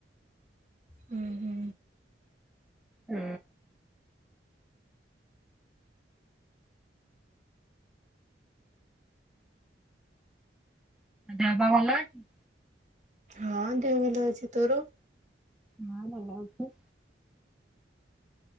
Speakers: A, on the right (about 40°); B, in the centre.
A: ହୁଁ ହୁଁ
B: ହୁଁ। ଦେହ ପା ଭଲ ଅଛି।
A: ହଁ ଦେହ ଭଲ ଅଛି ତୋର।
B: ହଁ ଭଲ ଅଛି।